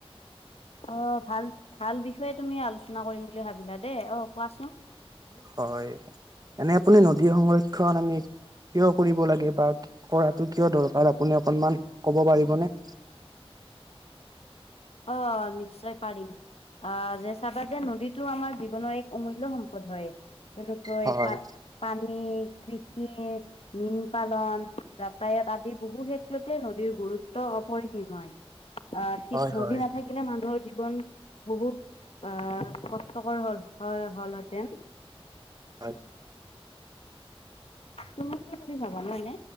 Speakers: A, on the left; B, on the right.
A: অ ভাল ভাল বিষয়ে তুমি আলোচনা কৰিম বুলি ভাবিলা দেই অ কোৱাচোন।
B: হয় এনে আপুনি নদীৰ সংৰক্ষণ আমি- কিয় কৰিব লাগে বা কৰাটো কিয় দৰকাৰ? আপুনি অকনমান ক'ব পাৰিবনে
A: অ নিশ্চয় পাৰিম। অহ যে চাবা যে নদীটো আমাৰ জীৱনৰ এক অমূল্য সম্পদ হয়। যেনেকৈ
B: হয়
A: পা পানী কৃষি মীন পালন যাতায়াত আদি বহু ক্ষেত্ৰতে নদীৰ গুৰুত্ব হয়। অপৰিসীম হয় অ' ঠিক
B: হয়
A: নদী
B: হয়
A: নাথাকিলে মানুহৰ জীৱন বহুত আহ কষ্টকৰ হল হল হেতেন।
B: হয়।
A: তুমি কি বুলি ভাবা মানে?